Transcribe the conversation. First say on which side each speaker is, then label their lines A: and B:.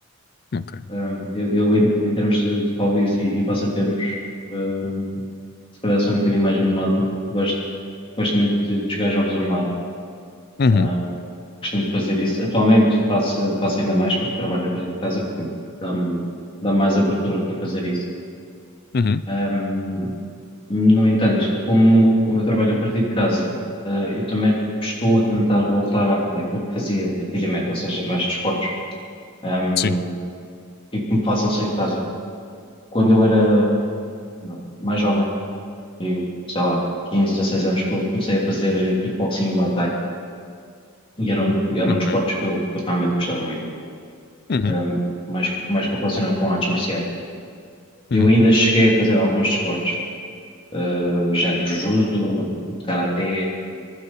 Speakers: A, on the left; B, on the left.
A: ok.
B: Um, eu, eu em, em termos de, de hobbies e, e passatempos, um, se calhar sou um bocadinho mais monótono. Gosto, gosto muito de, de jogar jogos online.
A: Uhum,
B: Um, costumo fazer isso. Atualmente faço, faço ainda mais porque trabalho a partir de casa, portanto dá-me dá-me mais abertura para fazer isso.
A: uhum.
B: Um, no entanto, como, como eu trabalho a partir de casa, eh, eu também estou a tentar voltar à- àquilo que fazia antigamente, ou seja, mais desportos, ehm,
A: Sim,
B: e que me façam sair de casa. Quando eu era ah, mais jovem, eu, sei lá, 15 16 anos que eu comecei a fazer eh, kickboxing e Muay Thai. E eram, eram
A: Ok.
B: desportos que eu, que eu realmente gostava muito,
A: Uhum.
B: Ahm, mais, mais correlacionado com artes marciais. Eu
A: Uhum.
B: ainda cheguei a fazer alguns desportos, eh, género judo, karaté,